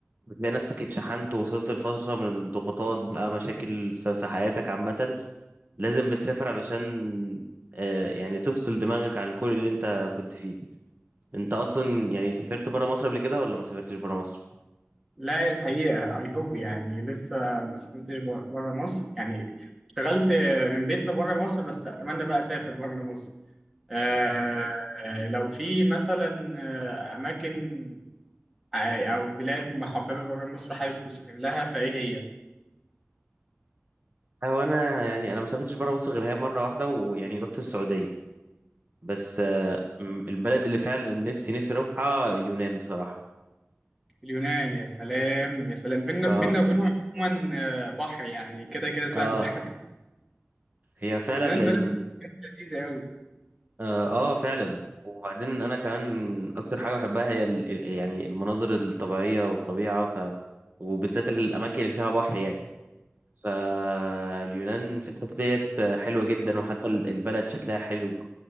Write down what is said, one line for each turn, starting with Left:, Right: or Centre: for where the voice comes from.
Right: بتلاقي نفسك اتشحنت ووصلت لفترة من الضغوطات بقى مشاكل في في حياتك عامة لازم بتسافر علشان آه، يعني تفصل دماغك عن كل اللي أنت كنت فيه أنت أصلا يعني سافرت برا مصر قبل كده ولا ما سافرتش برا مصر؟
Centre: لا الحقيقة I hope يعني لسه ما سافرتش بره مصر يعني اشتغلت من بيتنا بره مصر بس أتمنى بقى أسافر بره مصر آه لو في مثلا آه، أماكن آه، أو بلاد محببة بره مصر حابب تسافر لها فإيه هي؟
Right: هو انا يعني انا ما سافرتش بره مصر غير هي مره واحده ويعني رحت السعوديه بس آه، م- البلد اللي فعلا نفسي نفسي اروحها اليونان بصراحه
Centre: اليونان يا سلام يا سلام بينا
Right: اه
Centre: بينا وبينهم عموما آه، بحر يعني كده كده سهلة
Right: اه هي
Centre: <laughs>
Right: فعلا
Centre: اليونان
Right: لان
Centre: بلد بلد لذيذة أوي
Right: اه, آه فعلا وبعدين انا كمان اكتر حاجه بحبها هي ال... ال- يعني المناظر الطبيعيه والطبيعه ف... وبالذات الاماكن اللي فيها بحر يعني فاليونان في الحته ديت حلوه جدا وحتى ال- البلد شكلها حلو